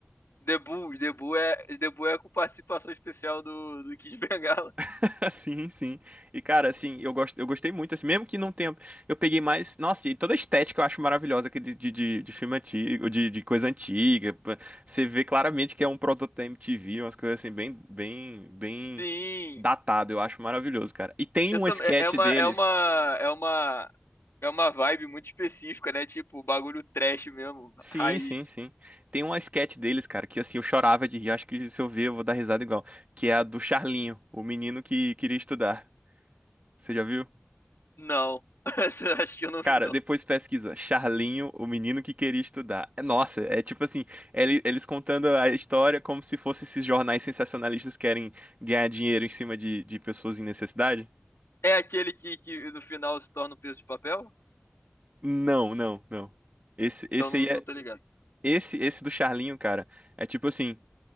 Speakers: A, on the left; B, on the right.
A: The Bull, The Bull é, The Bull é com participação especial do, do Kid <laughs> Bengala.
B: <laughs> Sim, sim. E cara, assim, eu gosto, eu gostei muito, assim, mesmo que não tenha, eu peguei mais, nossa, e toda a estética eu acho maravilhosa aquele de, de, de filme antigo, de, de coisa antiga. pô. Você vê claramente que é um produto da MTV, umas coisas assim bem, bem, bem
A: Sim,
B: datado, eu acho maravilhoso, cara. E tem
A: eu
B: um
A: também.
B: sketch
A: É é uma,
B: deles.
A: é uma, é uma, é uma vibe muito específica, né? Tipo, bagulho trash mesmo,
B: Sim,
A: raiz.
B: sim, sim. Tem um sketch deles, cara, que assim, eu chorava de rir, acho que se eu ver eu vou dar risada igual, que é a do Charlinho, o menino que queria estudar. Você já viu?
A: Não, <laughs> acho que eu não
B: Cara,
A: vi,
B: depois pesquisa. Charlinho, o menino que queria estudar. É, Nossa, é tipo assim, ele- eles contando a história como se fosse esses jornais sensacionalistas que querem ganhar dinheiro em cima de, de pessoas em necessidade.
A: É aquele que, que no final se torna um peso de papel?
B: Não, não, não. Esse, esse
A: Então não,
B: aí
A: não
B: é.
A: tô ligado.
B: Esse, esse do Charlinho, cara, é tipo assim,